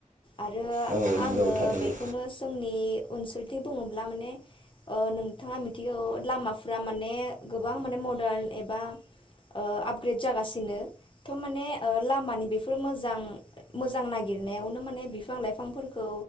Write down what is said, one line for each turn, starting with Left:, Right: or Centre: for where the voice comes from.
Left: आरो
Right: औ नंगौ
Left: आङो
Right: थारैनो
Left: बेखौनो सोंनि ओनसोल <unintelligible> बुङोब्ला माने ओ नोंथाङा मिथिगौ लामाफोरा माने गोबां माने मदार्न ए बा ओ आपग्रेड जागासिनो थ माने ओ लामानि बेफोर मोजां मोजां नागिरनायावनो माने बिफां लाइफांफोर खौ